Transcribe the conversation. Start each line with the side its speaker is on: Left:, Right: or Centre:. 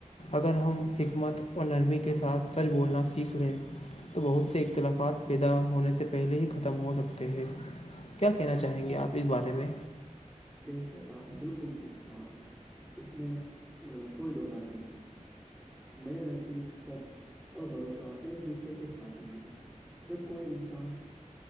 Left: اگر ہم حکمت اور نرمی کے ساتھ سچ بولنا سیکھ لے تو بہت سے اختلافات پیدا ہونے سے پہلے ہی ختم ہو سکتے ہیں کیا کہنا چاہیں گے آپ اس بارے میں
Centre: ش آپ نے بالکل پوچ کہا اس میں کوئی د رائے نہیں ہے میرے نزدیک سچ اور بھروسہ ایک دوسرے کے ساتھی ہیں جب کوئی انسان